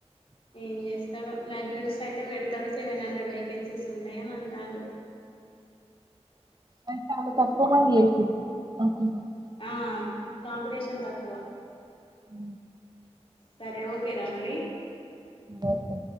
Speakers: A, on the left; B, on the right.
A: ఏం చేస్తా లైబ్రరీస్ అయితే పెడతాడు సెవెన్ హండ్రెడ్ వేకెన్సీస్ ఉంటాయ అని అంటారు
B: అవి చాల తక్కువ మంది <unintelligible>
A: ఆ కాంపిటీషన్ తక్కువ
B: ఉ
A: సరే ఓకేర మరి
B: ఒకే